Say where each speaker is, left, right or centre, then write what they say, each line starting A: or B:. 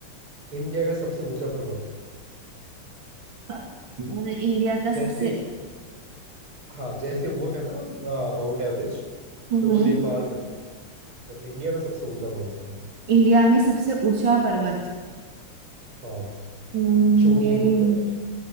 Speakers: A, on the right; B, on the right.
A: इंडिया का सबसे ऊंचा पर्वत
B: अ, इंडिया का सबसे
A: जैसे हाँ जैसे वो है ना आ, माउंट एवरेस्ट
B: हम्म
A: तो वो नेपाल में है तो इंडिया में सबसे ऊंचा कौन सा है
B: इंडिया में सबसे ऊंचा पर्वत
A: हाँ
B: हम्म,
A: चोटी
B: मेरे
A: बोलते हैं उसे